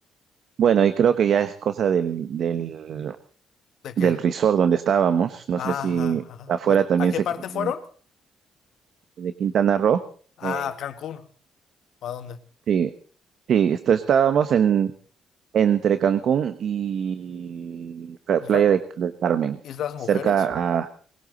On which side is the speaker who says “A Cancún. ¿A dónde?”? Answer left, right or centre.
Left